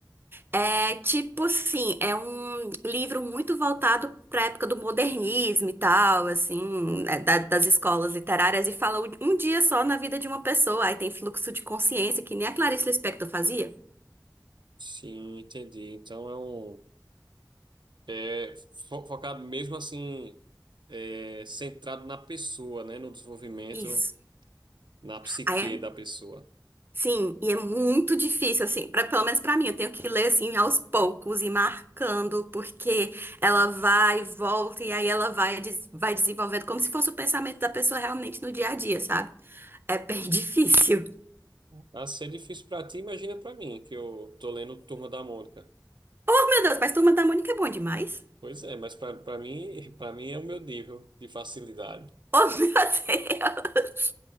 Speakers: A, on the right (about 30°); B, on the right (about 80°).
A: É tipo assim, é um livro muito voltado para a época do modernismo e tal, assim, né, da- das escolas literárias, e fala um um dia só na vida de uma pessoa. Aí tem fluxo de consciência, que nem a Clarice Lispector fazia.
B: Sim, entendi. Então, é um... É fo- focado mesmo, assim, é, centrado na pessoa, né? No desenvolvimento.
A: Isso.
B: na psique
A: Aí é,
B: da pessoa.
A: sim, e é muito difícil, assim, pra, pelo menos pra mim, eu tenho que ler, assim, aos poucos e marcando, porque ela vai e volta, e aí ela vai, des- vai desenvolvendo como se fosse o pensamento da pessoa realmente no dia a dia, sabe? É bem <laughs> difícil.
B: Ah, se é difícil pra ti, imagina pra mim, que eu tô lendo Turma da Mônica.
A: Oh, meu Deus, mas Turma da Mônica é bom demais.
B: Pois é, mas pra pra mim, <laughs> para mim é o meu nível de facilidade.
A: Oh, <laughs> meu Deus.